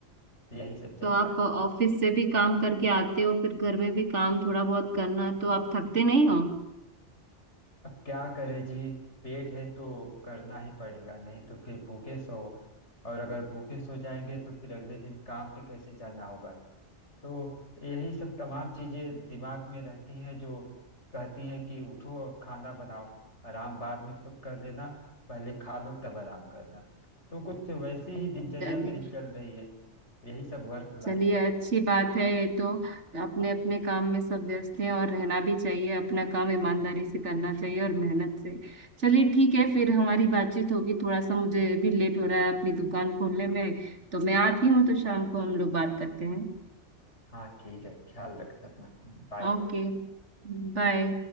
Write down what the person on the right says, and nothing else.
तो आप
ऑफिस से भी काम करके आते हो फिर घर में भी काम थोड़ा बहुत करना है, तो आप थकते नहीं हो
चलिए
चलिए
अच्छी बात है ये तो अपने अपने काम में सब व्यस्त हैं और रहना भी चाहिए अपना काम ईमानदारी से करना चाहिए और मेहनत से चलिए ठीक है फिर हमारी बातचीत होगी थोड़ा सा मुझे भी लेट हो रहा है अपनी दुकान खोलने में तो मैं आती हूँ तो शाम को हम लोग बात करते हैं
Okay bye